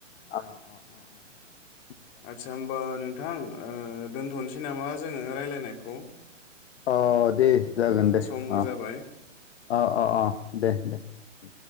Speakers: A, on the left; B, on the left.
A: अ अ अ अ
B: आदसा होमबा नोंथां ओ दोनथ'नसै नामा जोंङो रायलायनायखौ?
A: अ दे जागोन दे
B: समबो
A: अ
B: जाबाय
A: अ अ अ दे दे ।